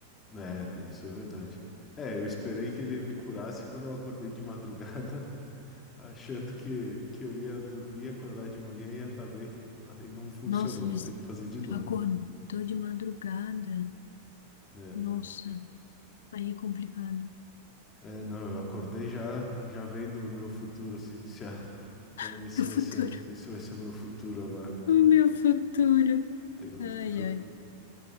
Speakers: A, on the left; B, on the left.
A: É, é, isso é verdade. É, eu esperei que ele me curasse quando eu acordei de madrugada achando que, que eu ia dormir, acordar de manhã e ia estar bem. Aí não funcionou,
B: Nossa, mas
A: vou ter que fazer de novo.
B: tu acordou de madrugada.
A: É,
B: Nossa, aí é complicado.
A: é, não, eu acordei já, já vendo o meu futuro, assim, disse, ah, então
B: <laughs>
A: esse
B: Meu
A: vai
B: futuro.
A: ser, esse vai ser o meu futuro agora. Então,
B: O meu futuro.
A: não tem muito
B: Ai,
A: o que fazer.
B: ai.